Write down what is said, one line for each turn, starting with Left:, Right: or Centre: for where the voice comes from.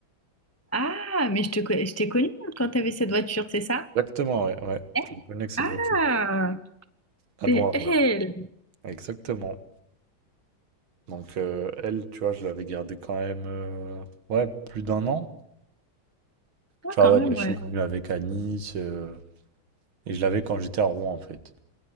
Left: Ah, mais je te, co- je t'ai connue quand t'avais cette voiture, c'est ça?
Right: Exactement, ouais, ouais.
Left: Eh,
Right: Je me connais que cette
Left: Ah,
Right: voiture. La
Left: c'est
Right: noire,
Left: elle.
Right: là. Exactement. Donc, euh, elle, tu vois, je l'avais gardée quand même, euh, ouais, plus d'un an.
Left: Ah,
Right: Tu vois,
Left: quand
Right: ouais,
Left: même,
Right: bah, je suis
Left: ouais.
Right: venu avec à Nice, euh, et je l'avais quand j'étais à Rouen, en fait.